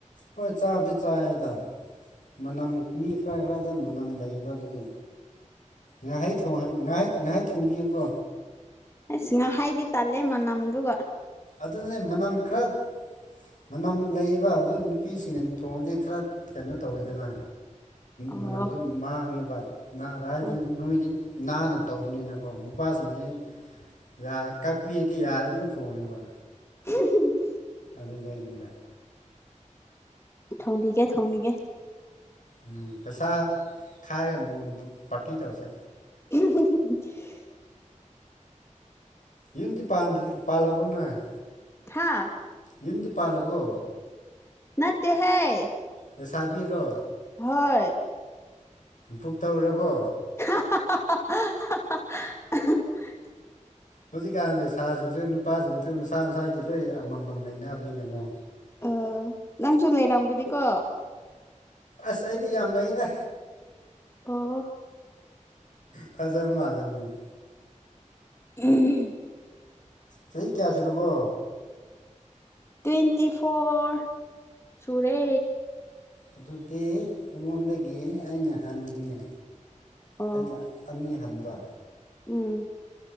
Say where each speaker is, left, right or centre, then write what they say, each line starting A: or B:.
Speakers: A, on the left (about 75°); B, on the left (about 20°).
A: ꯍꯣꯏ ꯆꯥꯕꯗꯤ ꯆꯥꯏꯌꯦꯗ ꯃꯅꯝ ꯃꯤ ꯈꯔ ꯈꯔꯗ ꯃꯅꯝ ꯂꯩꯕ ꯑꯗꯨꯒꯤ ꯉꯥꯍꯩ ꯊꫭꯡꯍꯟ ꯉꯥꯍꯩ ꯉꯥꯍꯩ ꯊꯣꯡꯕꯤꯌꯨꯀꯣ
B: ꯑꯁ ꯉꯥꯍꯩꯗꯤ ꯇꯜꯂꯦ ꯃꯅꯝꯗꯨꯒ
A: ꯑꯗꯨꯅꯦ ꯃꯅꯝ ꯈꯔ ꯃꯅꯝ ꯂꯩꯕ ꯑꯗꯨ ꯅꯨꯄꯤꯁꯤꯡꯅ ꯊꯣꯡꯒꯗꯤ ꯈꯔ ꯀꯩꯅꯣ ꯇꯧꯋꯤꯗꯅ
B: ꯑꯣ
A: ꯃꯅꯝꯗꯨ ꯃꯥꯡꯉꯦꯕ ꯅꯥꯗ ꯍꯥꯏꯗꯤ
B: ꯑꯣ
A: ꯅꯣꯏꯗꯤ ꯅꯥꯟꯅ ꯇꯧꯕꯅꯤꯅꯀꯣ ꯅꯨꯄꯥꯁꯤꯡꯗꯤ ꯌꯥ ꯀꯥꯛꯄꯤꯔꯗꯤ ꯌꯥꯔ ꯑꯗꯨꯝ ꯊꯣꯡꯉꯦꯕ
B: <unintelligible>
A: ꯑꯗꯨꯗꯩꯅꯤꯗ
B: ꯊꯣꯡꯕꯤꯒꯦ ꯊꯣꯡꯕꯤꯒꯦ
A: ꯎꯝ ꯄꯩꯁꯥ ꯈꯥꯏꯔꯒ ꯅꯣꯡꯃ ꯄꯥꯔꯇꯤ ꯇꯧꯔꯁꯦ
B: <inaudible>
A: ꯌꯨꯝꯗꯤ ꯄꯥꯟꯗ꯭ꯔꯤ ꯄꯥꯜꯂꯕꫭ ꯅꯪ
B: ꯍꯥ
A: ꯌꯨꯝꯗꯤ ꯄꯥꯜꯂꯕꯣ
B: ꯅꯠꯇꯦꯍꯦ
A: ꯂꯩꯁꯥꯥꯕꯤꯔꯣ
B: ꯍꯣꯏ
A: ꯕꯨꯛ ꯇꯧꯔꯕꯣ
B: <unintelligible>
A: ꯍꯧꯖꯤꯛꯀꯥꯟ ꯂꯩꯁꯥꯁꯤꯡꯁꯨ ꯅꯨꯄꯥꯁꯤꯡꯁꯨ ꯃꯁꯥ ꯃꯁꯥꯒꯤ ꯂꯣꯏ ꯑꯃꯃꯝ ꯂꯩꯅꯕꯅꯤꯅꯀꯣ
B: ꯑꯣ ꯅꯪꯁꯨ ꯂꯩꯔꯝꯒꯅꯤꯀꯣ
A: ꯑꯁ ꯑꯩꯗꯤ ꯌꯥꯝ ꯂꯩꯔꯦ
B: ꯑꯣ
A: ꯐꯖꯔ ꯃꯥꯜꯦ ꯃꯨꯛ
B: ꯎꯝ
A: ꯆꯍꯤ ꯀꯌꯥ ꯁꯨꯔꯕꯣ
B: ꯇ꯭ꯋꯦꯟꯇꯤ ꯐꯣꯔ ꯁꯨꯔꯦ
A: ꯑꯗꯨꯗꯤ ꯑꯩꯉꯣꯟꯗꯒꯤ ꯑꯩꯅ ꯍꯟꯜꯂꯤꯅꯦ
B: ꯑꯣ
A: ꯑꯩꯅ ꯑꯅꯤ ꯍꯟꯕ
B: ꯎꯝ